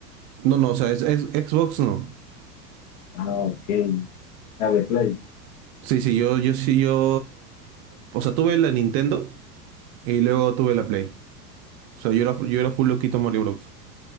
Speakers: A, on the right; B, on the left.
A: No, no, o sea, es, es- Xbox no.
B: Ah, ok, la de Play.
A: Sí, sí, yo, yo sí, yo. O sea, tuve la Nintendo y luego tuve la Play. O sea, yo era, yo era full loquito en Mario Bros.